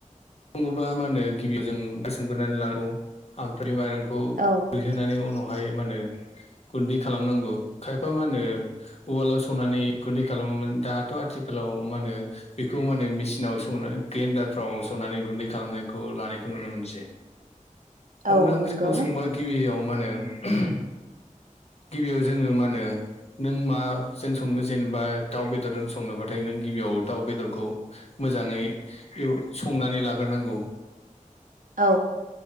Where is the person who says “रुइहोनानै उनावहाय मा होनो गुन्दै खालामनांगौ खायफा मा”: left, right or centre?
Left